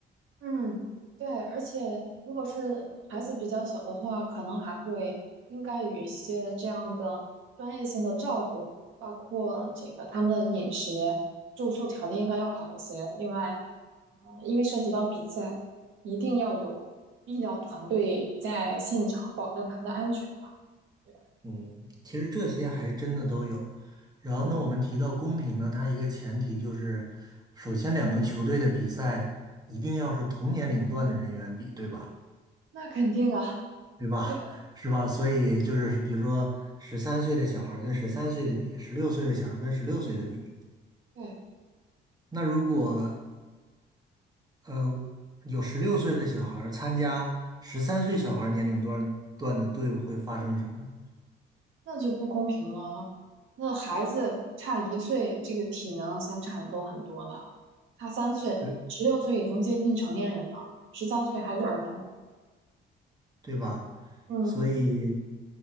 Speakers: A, on the right; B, on the right.
A: 嗯，对，而且如果是孩子比较小的话，可能还会应该有一些这样的专业性的照顾，包括这个他们的饮食、住宿条件应该要好一些。另外，啊、因为涉及到比赛，一定要有医疗团队在现场保证他们的安全吧，对吧？
B: 嗯，其实这些还真的都有。然后呢，
A: 嗯，
B: 我们提到公平呢，它一个前提就是，首先两个球队的比赛一定要是同年龄段的人员比，对吧？
A: 那肯定啊，
B: 对吧？
A: 对
B: 是吧？所以就是，比如说十三岁的小孩儿跟十三岁的比，十六岁的小孩儿跟十六岁的比，
A: 对。
B: 那如果呃有十六岁的小孩儿参加十三岁小孩儿年龄段段的队伍，会发生什么呢？
A: 那就不公平了。那孩子差一岁，这个体能相差的都很多的。差三岁，
B: 对，
A: 十六岁已经接近成年人了，十三岁还是儿童。
B: 对吧？
A: 嗯
B: 所以